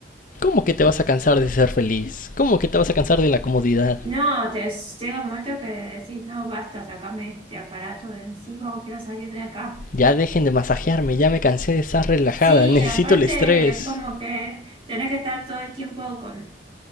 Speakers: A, on the left (about 45°); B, on the right (about 30°).
A: ¿Cómo que te vas a cansar de ser feliz? ¿Cómo que te vas a cansar de la comodidad?
B: No, te, llega un momento que decís, no, basta, sacame este aparato de encima o quiero salir de acá.
A: Ya dejen de masajearme, ya me cansé de estar relajada,
B: Sí,
A: <laughs> necesito
B: aparte
A: el estrés.
B: es como que tenés que estar todo el tiempo con